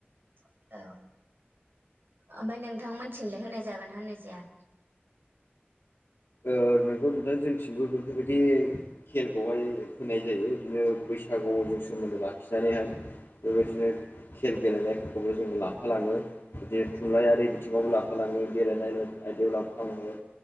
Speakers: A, on the right; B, on the left.
A: <unintelligible> आमफाय नोंथांमोनथिंलाय होनाय जागोना होननाय जाया?
B: ओ नोंगौ नोंथां जोंथिंबो बेफोर बायदि खेलखौहाय होनाय जायो इदिनो बैसागुजों सोमोन्दो लाखिनानैहाय। बेबायदिनो खेल गेलेनायफोरखौबो जोङो लाफालाङो। बिदि थुनलाइ आरि बिथिङावबो लाफा लाङो गेलेनाय आयदायाव लाफालाङो।